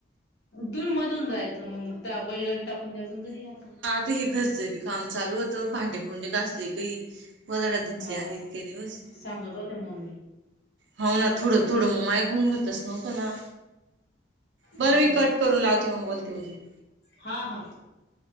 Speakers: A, on the left; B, on the right.
A: तुम्ही मधून जायच. त मग त्या बैलगाडी टाकून द्याच न घरी याचं.
B: तर ह घरचं बी काम चालू होतं भांडेकुंडे घासले. काही गोधड्या धुतल्या
A: हा
B: इतके दिवस.
A: सांगत होत्या मम्मी
B: हाव ना थोडं थोडं मग मायाकुन व्हतंच नव्हतना. बरं
A: हा
B: मी कट करून लावते मग बोलते ऊद्या
A: हा हा